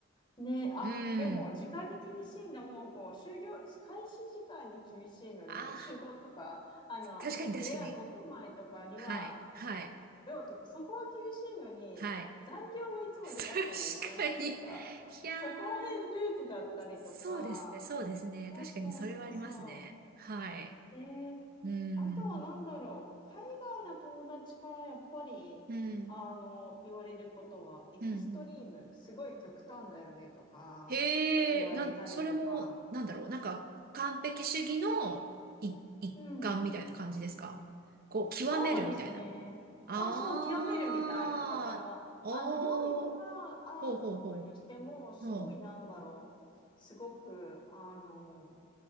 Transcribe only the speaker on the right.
うん。
ああ、
確かに確かに。
はい、はい、
はい。
<laughs> 確かに。いやー、
そうですね、そうですね。
確かにそれはありますね。はい。
うん、
うん、
うん。
へえ、なん、それも、なんだろう、なんか、完璧主義のい一環みたいな感じですかこう、
極めるみたいな。
ああ、
おー、
ほうほうほ
う、ほう、